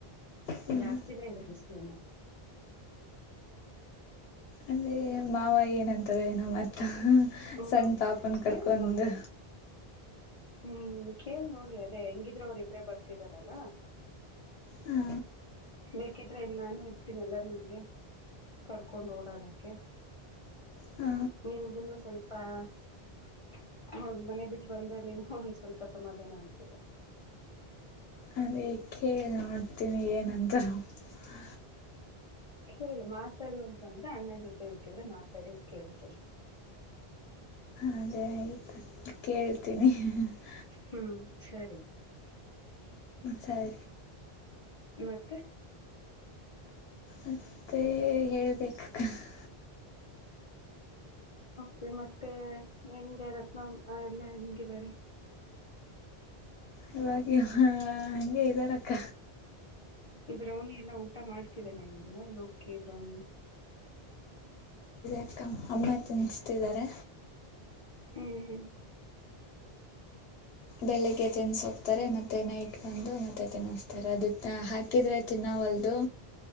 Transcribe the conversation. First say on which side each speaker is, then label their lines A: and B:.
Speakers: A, on the left; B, on the left.
A: ಹ್ಮ್
B: ಜಾಸ್ತಿನ ಇ <unintelligible> <unintelligible>
A: ಅಂದೇ ಮಾವ ಏನಂತಾರ ಏನೋ ಮತ್ತ <unintelligible> ಹಾ
B: ಇನ್ನು
A: ಸಣ್ಣ ಪಾಪನ
B: ಕೇಳಿ
A: ಕರ್ಕಂದು
B: ನೋಡಿ ಹ್ಮ್ ಕೇಳ್ ನೋಡಿ ಅದೇ ಹೆಂಗಿದ್ರೆ ಅವ್ರ ಇಬ್ರೇ ಬರ್ತಿದಾರಲ್ಲ
A: ಹಾ
B: ಬೇಕಿದ್ರೆ ಇಲ್ಲಿ ನಾನು ಇರ್ತೀನಿ ಎಲ್ಲ ನಿಮ್ಗೆ ಕರ್ಕೊಂಡ್ ಓಡಾಡಕ್ಕೆ
A: ಹಾ
B: ನಿನುಗುನು ಸ್ವಲ್ಪ ಹೌ <unintelligible> ಮನೆ ಬಿಟ್ಟು ಬಂದ ನಿಮಗೂ ಒಂದ್ ಸ್ವಲ್ಪ ಸಮಾಧಾನ ಅನ್ಸರುತ್ತೆ <unintelligible>
A: ಅದೇ ಕೇಳಿ ನೋಡ್ತೀನಿ ಏನಂತ <unintelligible>
B: ಕೇಳಿ ಮಾತಾಡುವಂತ ಅಂದ್ರೆ ಅಣ್ಣ ಜೊತೆ ಬೇಕಿದ್ರೆ ಮಾತಾಡಿ ಕೇಳ್ತೇನೆ <inaudible>
A: ಅದೇ ಆಯ್ತು ಕೇಳ್ತೀನಿ <unintelligible>
B: ಹ್ಮ್ ಸರಿ <inaudible>
A: ಸರಿ
B: ಮತ್ತೆ
A: ಮತ್ತೆ ಹೇಳ್ಬೇಕ <unintelligible>
B: ಹೆ ಮತ್ತೆ ಹೆಂಗೆ ರತ್ನ ಎಲ್ಲ ಹೆಂಗಿದ್ದಾರೆ <unintelligible>
A: ಇ <unintelligible> ಹಗೆ ಇದಾರಕ್ಕ
B: ದ್ರೌನಿ ಎಲ್ಲ ಊಟ ಮಾಡ್ತಿ <unintelligible> <unintelligible> ನ ಇಾಗ ಲೋಕ ಬ್ರೌನಿ <inaudible>
A: <unintelligible> ಅ ಅಮ್ಮ ತಿನ್ಸತಿದ್ದಾರೆ
B: ಹ್ಮ ಹ್ಮ್
A: ಬೆಳಿಗ್ಗೆ ತಿನ್ಸ ಹೋಗ್ತಾರೆ ಮತ್ತೆ ನೈಟ್ ಬಂದು ಮತ್ತೆ ತಿನ್ನಸ್ತಾರೆ ಅದು ಹಾಕಿದ್ರೆ ತಿನ್ನ ಲ್ದು